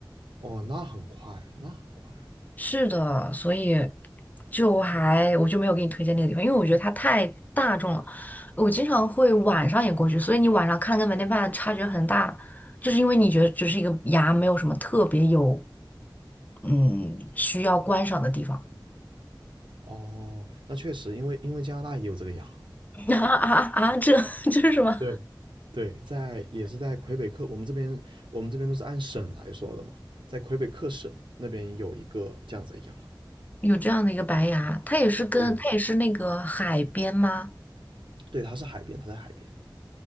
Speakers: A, on the right; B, on the left.
A: 哦，那很快，那很快。
B: 是的，所以就还我就没有给你推荐那个地方，因为我觉得它太大众了。我经常会晚上也过去，所以你晚上看跟白天看差距很大，就是因为你觉得只是一个崖，没有什么特别有嗯需要观赏的地方。
A: 哦，那确实，因为因为加拿大也有这个牙，
B: <laughs> 啊啊啊！这 <laughs> 这是什么？
A: 对，对，在也是在魁北克，我们这边我们这边都是按省来说的嘛，在魁北克省那边有一个这样子的牙，
B: 有这样的一个白崖，它也是跟它也是那个海边吗？
A: 对，对，它是海边，它在海边。